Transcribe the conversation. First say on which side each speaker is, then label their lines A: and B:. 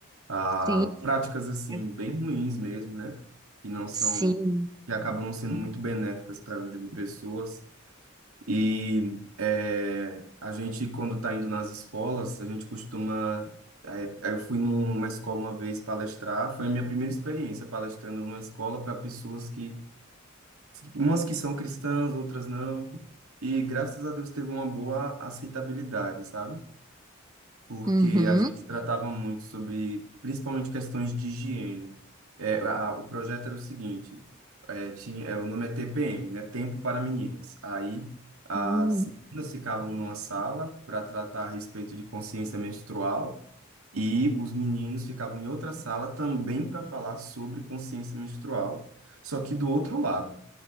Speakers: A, on the right; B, on the right.
A: a
B: Sim,
A: práticas assim
B: eu-
A: bem ruins mesmo, né, que não são,
B: sim.
A: que acabam não sendo muito benéficas para a vida de pessoas. E é, a gente, quando está indo nas escolas, a gente costuma. aí- aí Eu fui numa escola uma vez palestrar, foi a minha primeira experiência palestrando numa escola para pessoas que, umas que são cristãs, outras não, e graças a Deus teve uma boa aceitabilidade, sabe? porque
B: Uhum.
A: a gente tratava muito sobre, principalmente questões de higiene. É, a- o projeto era o seguinte, é, tinha, é, o nome é TPM, né? Tempo para Meninas. Aí as
B: Hum.
A: meninas ficavam numa sala para tratar a respeito de consciência menstrual e os meninos ficavam em outra sala também para falar sobre consciência menstrual, só que do outro lado